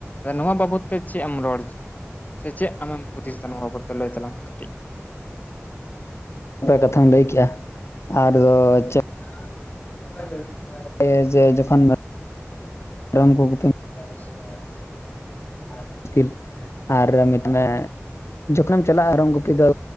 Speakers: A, on the left; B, on the left.
A: ᱱᱚᱣᱟ ᱵᱟᱵᱚᱛ ᱛᱮ ᱪᱮᱫ ᱮᱢ ᱨᱚᱲ ᱥᱮᱪᱮᱫ ᱟᱢᱮᱢ ᱦᱩᱫᱤᱥ ᱮᱫᱟ ᱱᱚᱣᱟ ᱵᱟᱵᱚᱛ ᱛᱮ ᱞᱟᱭ ᱛᱟᱞᱟᱝ ᱢᱮ ᱠᱟᱹᱴᱤᱡ
B: <unintelligible> ᱠᱟᱛᱷᱟᱢ ᱞᱟᱹᱭ ᱠᱮᱜᱼᱟ ᱟᱨ ᱫᱚ ᱪᱮᱫ
A: <inaudible> <inaudible>
B: ᱮᱸ ᱡᱮᱸ ᱡᱚᱠᱷᱚᱱ ᱢᱮᱨᱚᱢ <inaudible> ᱠᱚᱢ ᱜᱩᱯᱤᱢ
A: <inaudible>
B: ᱢᱩᱥᱠᱤᱞ ᱟᱨ <unintelligible> ᱢᱮ ᱡᱚᱠᱷᱚᱱᱮᱢ ᱪᱟᱞᱟᱜᱼᱟ ᱢᱮᱨᱚᱢ ᱜᱩᱯᱤ ᱫᱚ